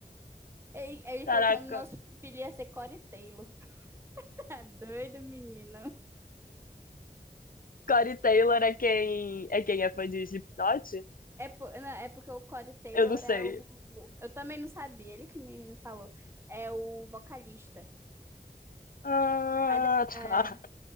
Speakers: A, on the right; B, on the left.
A: Ele, ele
B: caraca.
A: falou que o nome do nosso filho ia ser Corey Taylor. <laughs> Tá doido, menino.
B: Corey Taylor é quem é quem é fã de Slipknot?
A: É, po- não, é porque o Corey Taylor
B: Eu não sei.
A: é o. Eu também não sabia, ele que me, me falou. É o vocalista.
B: Ah,
A: Aí depois.
B: tá.